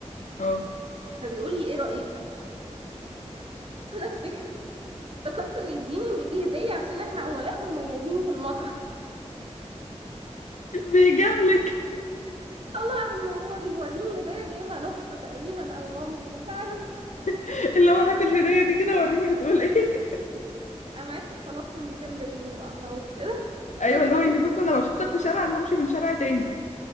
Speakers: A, on the left; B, on the right.
A: اه
B: فبيقول لي ايه رأيك <laughs> فانا افتكر افتكرته بيديني ان دي هدية عشان احنا عملاء مميزين في المطعم <laughs>
A: بيجاملك
B: طلع ان هو بيوريني هدية جايبها لاخته تقريبا او مامته مش عارف
A: <laughs> اللي هو هات الهديه دي كده وريني بتقول ايه <laughs>
B: <laughs> انا ما عدتش طلبت من المكان ده تاني بقى خلاص كده
A: ايوه
B: شكرا
A: اللي هو يعني بص انا لو شفتك في شارع انا همشي من شارع تاني